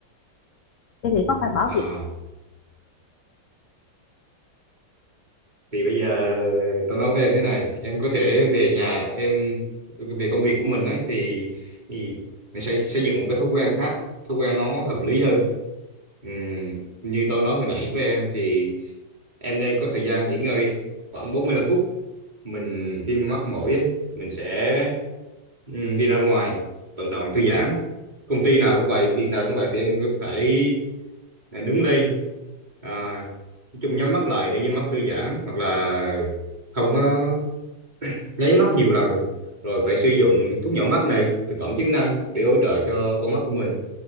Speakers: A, on the left; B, on the right.
A: Em nghĩ con phải bỏ
B: À,
A: việc.
B: thì bây giờ tao nói với em thế này, em có thể về nhà em về công việc của mình ấy thì, thì mình sẽ xây dựng một cái thói quen khác, thói quen nó hợp lý hơn. Ừm, như tôi nói hồi nãy với em thì em nên có thời gian nghỉ ngơi khoảng 45 phút. Mình khi mắc mỏi ấy, mình sẽ ừm, đi ra ngoài vận động thư giãn. Công ty nào cũng vậy, việc nào cũng vậy thì em phải Này, đứng lên à, nói chung nhắm mắt lại để cho mắt thư giãn hoặc là không có nháy mắt nhiều lần rồi phải sử dụng thuốc nhỏ mắt này thực phẩm chức năng để hỗ trợ cho con mắt của mình